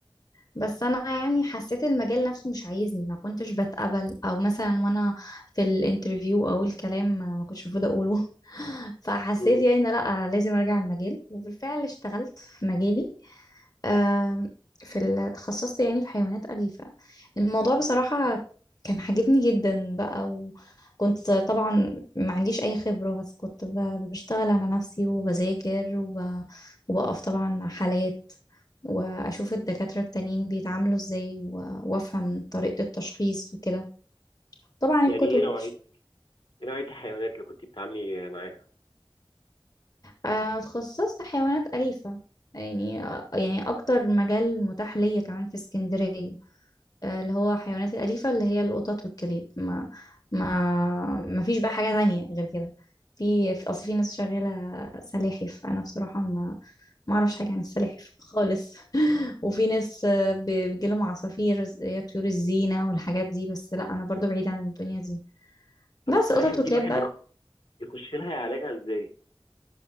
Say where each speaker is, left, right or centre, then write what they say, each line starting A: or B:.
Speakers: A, on the left; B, on the left.
A: بس انا يعني حسيت المجال نفسه مش عايزني ما كنتش بتقبل او مثلا وانا في الانترفيو او الكلام ما كنتش المفروض اقوله <laughs> فحسيت
B: مم.
A: يعني إن لا لازم ارجع المجال وبالفعل اشتغلت في مجالي آم، في ال- تخصصت يعني في حيوانات أليفة الموضوع بصراحة كان عاجبني جدا بقى وكنت طبعا ما عنديش أي خبرة بس كنت ب- بشتغل على نفسي وبذاكر وب... وبقف طبعا مع حالات واشوف الدكاترة التانيين بيتعاملوا ازاي و- وافهم طريقة التشخيص وكده طبعا
B: يعني
A: الكتب
B: ايه نوعية ايه نوعية الحيوانات اللي كنت بتتعاملي معاها؟
A: آه، اتخصصت حيوانات أليفة يعني آه، يعني اكتر مجال متاح ليا كمان في اسكندرية آه، اللي هو حيوانات الأليفة اللي هي القطط والكلاب ما ما ما فيش بقى حاجة تانية غير كده في في- أصل في ناس شغالة سلاحف أنا بصراحة ما ما أعرفش حاجة عن السلاحف خالص <laughs> وفي ناس آه، ب- بيجيلهم عصافير زي طيور الزينة والحاجات دي بس لا أنا برضو بعيدة عن الدنيا دي
B: طب
A: بس
B: والسلاحف
A: قطط
B: دي
A: وكلاب
B: الواحد
A: بقى
B: يخ- يخش لها يعالجها ازاي؟